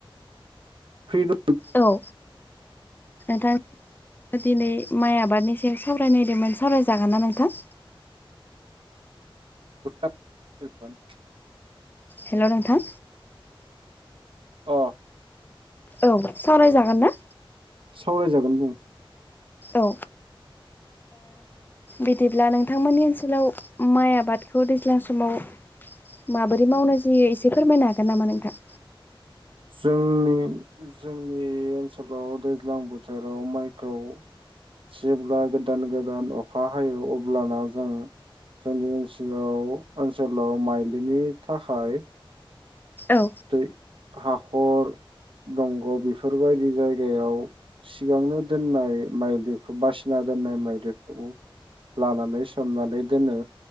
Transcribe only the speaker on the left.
औ ओ <unintelligible> दिनै माइ आबादनि सायाव सावरायनायदोंमोन सावरायजागोन ना नोंथां।
हेलौ नोंथां
औ सावरायजागोन ना।
औ बिदिब्ला नोंथांमोननि ओनसोलाव माइ आबादखौ दैज्लां समाव माबोरै मावनाय जायो एसे फोरमायनो हागोन नामा नोंथां
औ